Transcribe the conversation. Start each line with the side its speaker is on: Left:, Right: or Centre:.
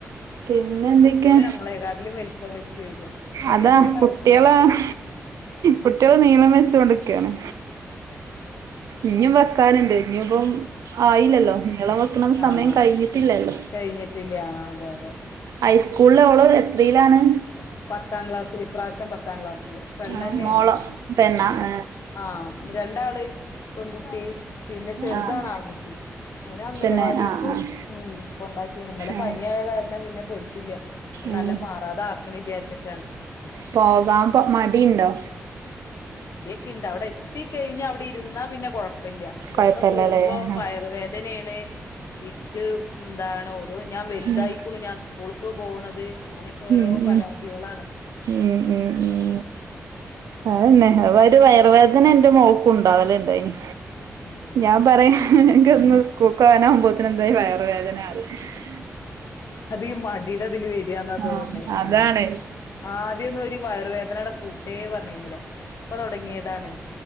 Right: പിന്നെ
Left: ഇപ്പൊ
Right: എന്തൊക്കെയാ
Left: കുട്ടികള് നമ്മളെക്കാട്ടിലും വലിപ്പം വെച്ച് വരിക അപ്പൊ
Right: അതാ
Left: തീരെ നടക്കൂല
Right: കുട്ട്യാ ളാ- കുട്ടികളെ നീളം വെച്ചു കൊണ്ടക്കണ്.
Left: ആ
Right: ഇനും വെക്കാനുണ്ട്. ഇനിപ്പം ആയില്ലല്ലോ. നീളം വെക്കണ
Left: ആഹ്
Right: സമയം കഴിഞ്ഞിട്ടില്ലല്ലോ.
Left: കഴിഞ്ഞിട്ടില്ല ആഹ് അതെ അതെ
Right: ഹൈസ്കൂളില ഓള് എത്രേലാണ്?
Left: പത്താം ക്ലാസ് വിപ്രാവശ്യം പത്താം ക്ലാസ്സില് പെണ്ന്നെയാണ്
Right: ആഹ് മോളോ പെണ്ണാ ആഹ്
Left: ആ രണ്ടാള് ഇപ്പൺകുട്ടി പിന്നെ ചെറുതാണ്
Right: ആഹ്
Left: ആൺകുട്ടി ഓന അംഗലവാടിക്ക്
Right: പിന്നെ ആഹ് ആഹ്
Left: ഉം കൊണ്ടാക്കിന്നല്ല
Right: ആഹ്
Left: പനിയായ കാരണം പിന്നെ പോയിട്ടില്ല
Right: ഉം
Left: നല്ല മാറാതെ ആ ച്ചിട്ടം
Right: പോകാ പ മടീണ്ടോ
Left: ണ്ട് അവിടെ കത്തി കഴിഞ്ഞ അവിടെ ഇരുന്നാ പിന്നെ കൊഴപ്പമില്ല ഇവിടുന്ന്
Right: കൊഴപ്പല്ലല്ലേ
Left: പോകുമ്പോ
Right: ആഹ്
Left: വയുവേദനയാണ് എക്ക് എന്താണ് ഓരോ ഞാൻ വലുതായിക്കണു
Right: ഉം
Left: ഞാൻ സ്കൂൾക്ക് പോകണത് അങ്ങനെയൊക്കെ ഓരോ
Right: ഉം ഉം
Left: പരാതികളാണ്
Right: ഉംഉം ഉം അതന്നെ അവ ഒരു വയറവേദന എന്റെ മോക്ക്ണ്ടാവലുണ്ടായിനി
Left: ഉം.
Right: ഞാൻ പറയാ എ സ്കൂൾക്ക വാനാാവുമ്പോത്തിന എന്തായ വയറ വേദന <unintelligible>
Left: അത് മടിലതില് വരിയാെന്നാ തോന്നണേ
Right: ആഹ് അതാണ്
Left: ആ ആ ആദ്യംൊന്നും ഒരു വയറുവേദനയുടെ കൂട്ടേ പറഞ്ഞിരുന്നില്ല ഇപ്പൊ തുടങ്ങിയതാണ്